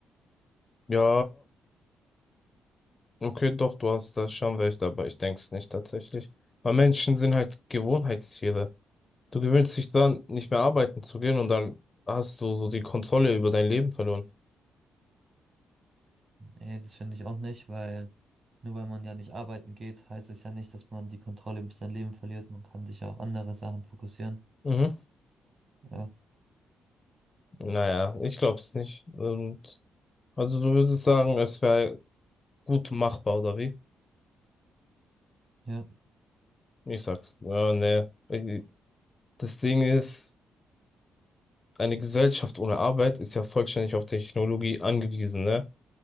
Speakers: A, on the left; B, on the right.
A: Ja, okay, doch, du hast da schon recht, aber ich denke es nicht tatsächlich. Weil Menschen sind halt Gewohnheitstiere. Du gewöhnst dich dran, nicht mehr arbeiten zu gehen und dann hast du so die Kontrolle über dein Leben verloren.
B: Nee, das finde ich auch nicht, weil nur weil man ja nicht arbeiten geht, heißt es ja nicht, dass man die Kontrolle über sein Leben verliert. Man kann sich ja auch andere Sachen fokussieren.
A: Mhm.
B: Ja,
A: Naja, ich glaub's nicht. Und also du würdest sagen, es wäre gut machbar, oder wie?
B: ja,
A: Ich sag's, ja, nee. Ich- Das Ding ist, eine Gesellschaft ohne Arbeit ist ja vollständig auf Technologie angewiesen, ne?